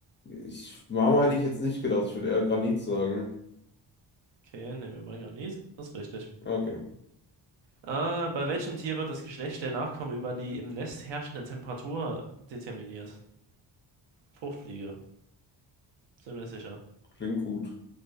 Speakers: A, on the left; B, on the right.
A: ich, Marmor hätte ich jetzt nicht gedacht. Ich würde eher Granit sagen.
B: Okay, nehmen wir mal Granit. Das ist richtig.
A: Okay.
B: Äh, bei welchem Tier wird das Geschlecht der Nachkommen über die im Nest herrschende Temperatur determiniert? Fruchtfliege, ziemlich sicher.
A: Klingt gut.